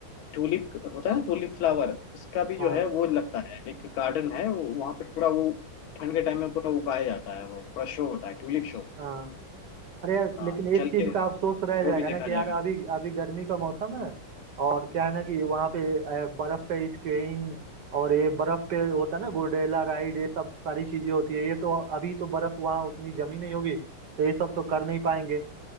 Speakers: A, on the left; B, on the right.
A: ट्यूलिप होता है ना ट्यूलिप फ्लावर उसका भी
B: हाँ
A: जो है वो लगता है एक गार्डन है वो- वहाँ पे पूरा वो ठंड के टाइम में पूरा उगाया जाता है वो पूरा शो होता है ट्यूलिप शो
B: हाँ अरे यार
A: हाँ
B: लेकिन एक
A: चल
B: चीज
A: के
B: का अफसोस
A: वो
B: रह जाएगा
A: भी देखा
B: ना कि
A: जाएगा
B: यार अभी अभी गर्मी का मौसम है और क्या है ना कि वहाँ पे अ, बर्फ पे स्कीइंग और ये बर्फ पे होता है ना गोंडेला राइड ये सब सारी चीजें होती है ये तो अभी तो बर्फ वहाँ उतनी जमी नहीं होगी तो ये सब तो कर नहीं पाएंगे